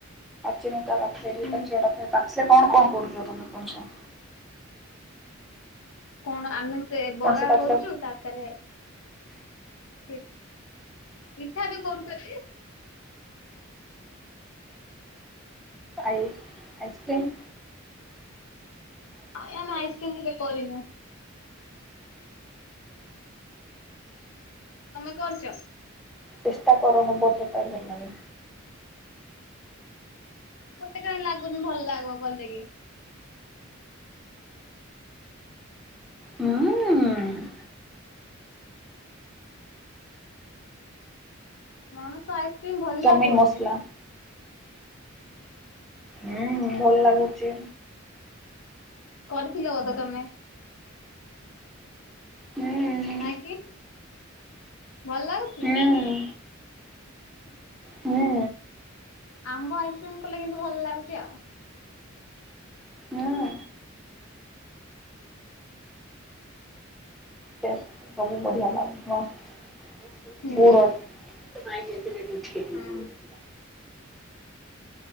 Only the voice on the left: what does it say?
ହୁଁ
କଣ ଆମେ ସେ ବରା
କରୁଚୁ ତାପରେ ସେ ପିଠାବି କରୁଚନ୍ତି।
କାଇଁ ଆମେ ଆଇସକ୍ରିମ୍ କି ଦେ କରିନୁ। ତୋମେ କରୁଚ?
ମୋତେ କାଇଁ ଲାଗୁନି ଭଲ ଲାଗିବ କଲେ କି?
ପଣସ ଆଇସ ସେ ଭଲ
ଲାଗିବନି।
କରିଥିଲ ବୋଧେ ତୋମେ?
ନାଇଁ କିି ଭଲ ଲାଗୁଚି
ଆମ୍ବ ଆଇସ୍କ୍ରିମ୍ କଲେ କିନ୍ତୁ ଭଲ ଲାଗୁଛି ଆଉ।
ହୁଁ
ହୁଁ
ହୁଁ